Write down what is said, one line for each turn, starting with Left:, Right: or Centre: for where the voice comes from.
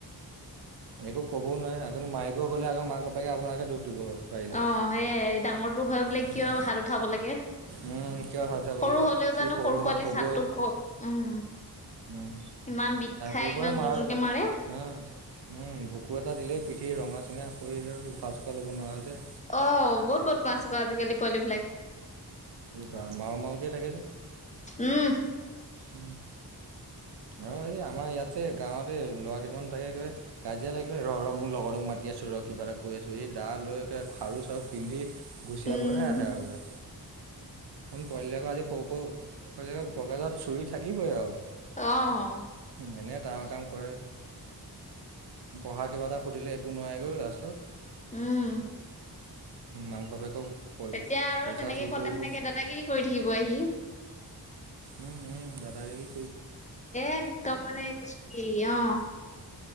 Right: একো ক'বও নোৱাৰে, আপুনি মাৰিব গ'লে আকৌ মাক বাপেকে আপোনাকে দোষ দিব। পাৰিলে।
Left: অ', সেয়াই ডাঙৰটো হৈ পেলাই
Right: উম
Left: কিয় হাত উঠাব লাগে?
Right: উম, কিয় হঠাব
Left: সৰু
Right: লাগে
Left: হ'লেও
Right: সি
Left: জানো সৰু
Right: হয়
Left: পোৱালি
Right: ক'বই
Left: চাদটোক হওক, উম।
Right: উম
Left: ইমান বিষ খাই
Right: হ পাৰে
Left: ইমান
Right: মপ
Left: জোৰ জোৰকে মাৰে।
Right: হম। উম, ভুকু এটা দিলেই পিঠি ৰঙা চিঙা পৰি উশাহ চুখাহ ল'ব নোৱাৰা হৈ যায়।
Left: অ', বহুত বদমাছ আক' আজিকালি পোৱালি বিলাক।
Right: বাহ, মাৰো মাৰো কে থাকে যে।
Left: উম।
Right: উম। অ', এই আমাৰ ইয়াত যে গাঁৱতেই ল'ৰা কেইটামান থাকে, একেবাৰে কাজিয়া থাকিলেই ৰ ৰ মোৰ লগৰটোক মাতি আছো। কিবা এটা কৈ আছো, এই দা লৈ খাৰু চাৰু পিন্ধি ঘূচিয়াবহে
Left: উম
Right: আহে আৰু। পোৱালিবিলাকৰ আজি সৰু সৰু পকেটত চুৰি থাকিবই আৰু।
Left: অহ।
Right: এনে ডাঙৰ কাম কৰে, পঢ়া কিবা এটা সুধিলে একো নোৱাৰেগৈ লাষ্টত।
Left: উম।
Right: মাক বাপেকক
Left: তেতিয়া আৰু
Right: পইচা
Left: তেনেকে
Right: চুৰ
Left: কলে
Right: কৰিব
Left: মানে কি দাদাগিৰি কৰি থাকিব আহি।
Right: উম, উম দাদাগিৰি
Left: একদম মানে কচুগুটি অহ।